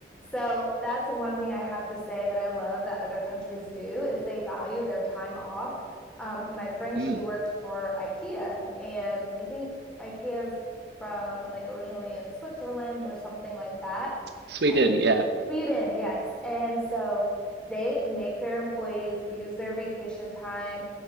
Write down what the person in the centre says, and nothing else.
So that's the one thing I have to say that I love that other countries do is they value their time off. Um, my friend,
she worked for IKEA, and I think IKEA's from like originally in Switzerland or something like that.
Uh,
Sweden, yes. And so they make their employees use their vacation time.